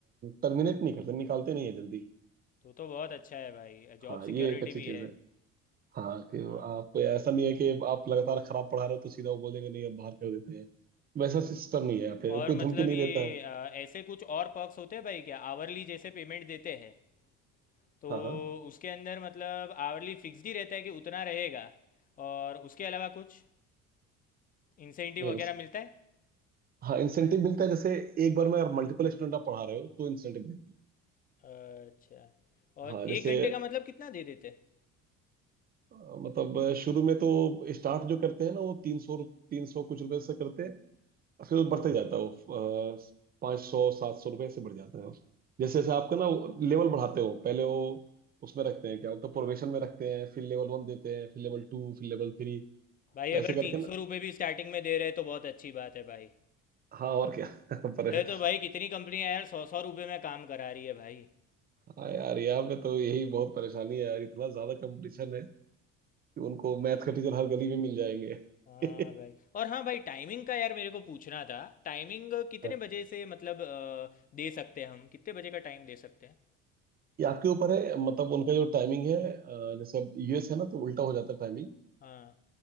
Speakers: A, on the right; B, on the left.
A: टर्मिनेट नहीं करते निकालते नहीं है जल्दी
B: तो तो बहुत अच्छा है भाई जॉब
A: हाँ ये
B: सिक्योरिटी
A: एक अच्छी
B: भी
A: चीज
B: है
A: है हाँ कि
B: हाँ
A: आप
B: भाई
A: ऐसा नहीं है कि आप लगातार खराब पढ़ा रहे हो तो सीधा वो बोलेंगे नहीं अब बाहर कर देते हैं वैसा सिस्टम नहीं है यहाँ पे
B: और
A: कोई
B: मतलब
A: धमकी नहीं
B: ये
A: देता है
B: अ, ऐसे कुछ और पर्क्स होते हैं भाई क्या आवरली जैसे पेमेंट देते हैं तो
A: हाँ हाँ
B: उसके अंदर मतलब आवरली फिक्स्ड ही रहता है कि उतना रहेगा और उसके अलावा कुछ इंसेंटिव
A: नहीं
B: वगैरह
A: उस
B: मिलता है
A: हाँ इंसेंटिव मिलता है जैसे एक बार में अगर मल्टीपल स्टूडेंट आप पढ़ा रहे हो तो इंसेंटिव देते
B: अच्छा और
A: हैं हाँ जैसे
B: एक घंटे का मतलब कितना दे देते हैं
A: अ, मतलब अ, शुरू में तो स्टार्ट जो करते हैं ना वो तीन सौ तीन सौ कुछ रुपए से करते हैं फिर वो बढ़ते जाता है वो पाँच सौ सात सौ रुपये ऐसे बढ़ जाता है वो जैसे जैसे आपका ना लेवल बढ़ाते हो पहले वो उसमें रखते हैं क्या बोलते हैं प्रोबेशन में रखते हैं फिर लेवल वन देते हैं फिर लेवल टू फिर लेवल थ्री
B: भाई
A: तो ऐसे
B: अगर
A: करके
B: तीन
A: ना
B: सौ रुपये भी स्टार्टिंग में दे रहे हैं तो बहुत अच्छी बात है भाई
A: हाँ और क्या <laughs> पर
B: इधर तो भाई कितनी कंपनियां यार सौ सौ रुपये में काम करा रही है भाई
A: हाँ यार यहाँ पे तो यही बहुत परेशानी है यार इतना ज्यादा कंपटीशन है कि उनको मैथ के टीचर हर गली में मिल जाएंगे
B: हाँ
A: <laughs>
B: भाई और हाँ भाई टाइमिंग का यार मेरे को पूछना था टाइमिंग कितने
A: हाँ
B: बजे से मतलब अ, दे सकते हैं हम कितने बजे का टाइम दे सकते हैं
A: ये आपके ऊपर है मतलब उनका जो टाइमिंग है अ, जैसे अब यूएस है ना तो उल्टा हो जाता है टाइमिंग
B: हाँ